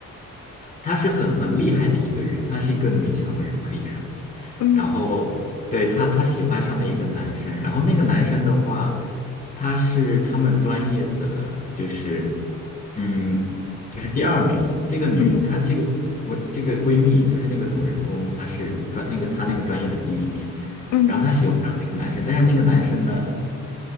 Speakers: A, on the left (about 25°); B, on the left (about 80°).
A: 她是很很厉害的一个人，她是一个女强人，可以说。
B: 嗯
A: 然后对她，她喜欢上了一个男生，然后那个男生的话，他是他们专业的，就是嗯，就是第二名。这个女，
B: 嗯
A: 她这个我这个闺蜜，就是那个主人公，她是专那个她那个专业的第一名。
B: 嗯
A: 然后她喜欢上了那个男生，但是那个男生呢，